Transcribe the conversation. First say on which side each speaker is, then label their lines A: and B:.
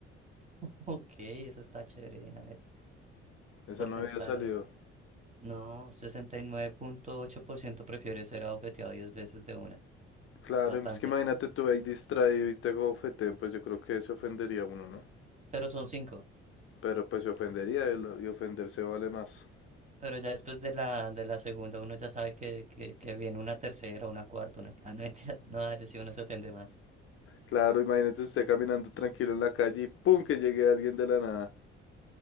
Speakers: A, on the right; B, on the left.
A: <laughs> Ok, eso está chévere. A ver,
B: Esa
A: porcentaje.
B: no había salido.
A: No, sesenta y nueve punto ocho por ciento prefiere ser objetivado 10 veces de una.
B: Claro,
A: Bastantes.
B: es que imagínate tú ahí distraído y te gofeten, pues yo creo que se ofendería uno, ¿no?
A: Pero son cinco
B: Pero pues se ofendería él y ofenderse vale más.
A: Pero ya después de la, de la segunda uno ya sabe que, que, que viene una tercera, una cuarta, una... Ah, no, <laughs> mentiras, no, dale, si uno se ofende más.
B: Claro, imagínate esté caminando tranquilo en la calle y ¡pum! que llegue alguien de la nada.